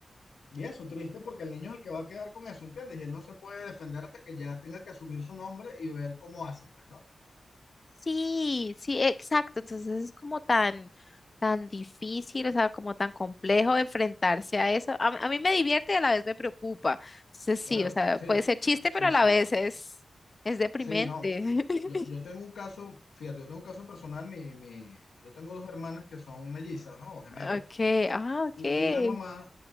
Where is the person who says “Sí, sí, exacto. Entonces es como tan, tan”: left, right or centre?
Left